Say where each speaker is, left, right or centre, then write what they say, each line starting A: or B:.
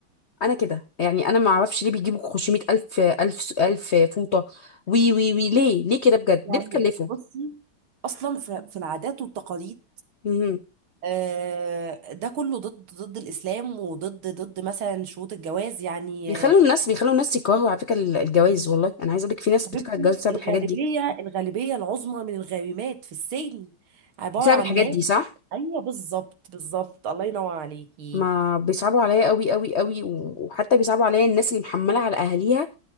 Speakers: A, on the left; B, on the right.
A: انا كده يعني انا ما اعرفش ليه بيجيبوا 500 الف الف الف فوطه وي وي وي ليه ليه كده بجد
B: يعني
A: ليه بتكلفوا
B: بصي اصلا في في العادات والتقاليد
A: مهم.
B: آه، ده كله ضد ضد الاسلام وضد ضد مثلا شروط الجواز يعني
A: بيخلوا
B: آه،
A: الناس بيخلوا الناس يكرهوا على فكره الجواز والله انا عايزه اقول لك في ناس
B: حبيبتي
A: بتكره الجواز بسبب
B: الغالبيه
A: الحاجات دي
B: الغالبيه العظمى من الغارمات في السجن عباره
A: بسبب
B: عن
A: الحاجات
B: ناس
A: دي صح
B: ايوه بالظبط بالظبط الله ينور عليكي
A: ما بيصعبوا عليا قوي قوي قوي و- وحتى بيصعبوا عليا الناس اللي محمله على اهاليها